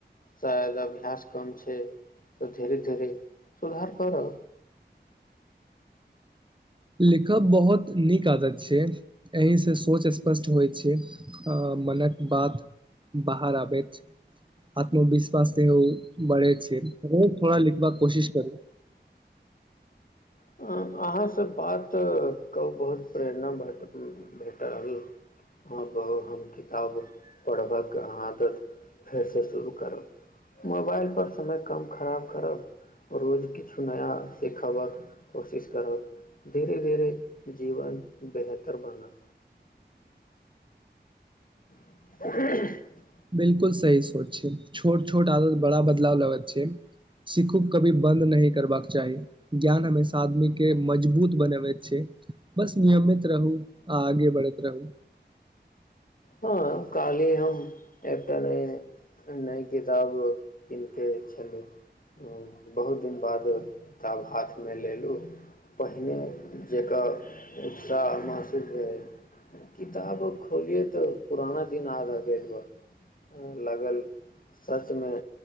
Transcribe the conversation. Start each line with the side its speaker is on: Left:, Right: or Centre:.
Left: शायद अभ्यास कम छै तऽ धीरे धीरे सुधार करब
Right: लिखब बहुत नीक आदत छै एहिसँ सोच स्पष्ट होइ छै मनक बात बाहर आबैत छै आत्मविश्वास सेहो बढ़ै छै रोज थोड़ा लिखबाक कोशिश करू
Left: अं अहाँसँ बात क बहुत प्रेरणा भेट भेटल हँ हम किताब पढ़बक आदत फेरसँ शुरू करब मोबाइलपर समय कम खराब करब रोज किछु नया सिखबक कोशिश करब धीरे धीरे जीवन बेहतर बनत <inaudible>
Right: बिल्कुल सही सोच छै छोट छोट आदत बड़ा बदलाव लाबैत छै सिखू कभी बन्द नहि करबाक चाही ज्ञान हमेशा आदमीके मजबूत बनबैत छै बस नियमित रहू आ आगे बढ़ैत रहू
Left: हँ काल्हि हम एकटा नहि नय किताब कीन कऽ छलहुँ बहुत दिन बाद किताब हाथमे लेलहुँ पहिने जकर उत्साह महसूस भेल किताब खोलियै तऽ पुराना दिन आगाँ देखब लागल सचमे